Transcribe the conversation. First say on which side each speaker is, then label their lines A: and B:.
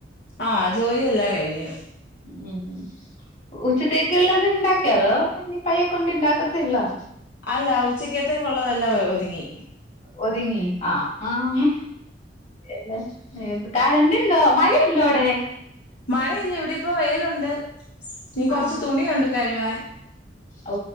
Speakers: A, on the left; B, on the left.
A: ആ ജോലിയെല്ലാം കഴിഞ്ഞു
B: ഉം ഉം ഉച്ചത്തേക്ക് ഉള്ളത് ഇണ്ടാക്കിയ അതോ ഇനി പയ്യ കൊണ്ട് ഇണ്ടാക്കത്തോള്ളോ
A: അല്ല ഉച്ചക്കത്തേക്കുള്ളതെല്ലാം ഒതുങ്ങി
B: ഒതുങ്ങി ആഹ് ആഹ് എല്ലാം കറന്റുണ്ടോ മഴയുണ്ടോ അവിടെ
A: മഴയില്ല ഇവിടെ ഇപ്പോ വെയിലുണ്ട് ഇനി കൊറച്ച്
B: ആഹ്
A: തുണിയുണ്ട് കഴുവാൻ
B: ഓ